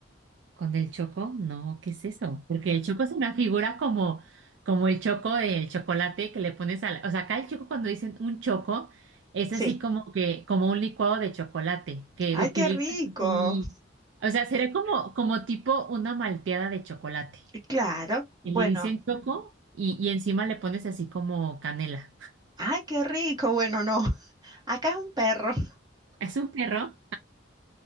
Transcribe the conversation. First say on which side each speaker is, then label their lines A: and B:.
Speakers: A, on the right; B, on the right.
A: ¿Con el choco? No, ¿qué es eso? Porque el choco es una figura como, como el choco del chocolate que le pones a la... O sea, acá el choco cuando dicen un choco es
B: sí.
A: así como que, como un licuado de chocolate que
B: Ay,
A: utilizas
B: qué rico.
A: así. O sea, sería como, como tipo una malteada de chocolate.
B: Claro, bueno,
A: Y le dicen choco y, y encima le pones así como canela. <laughs>
B: ay, qué rico. Bueno, no, <laughs> acá es un perro. <laughs>
A: ¿Es un perro?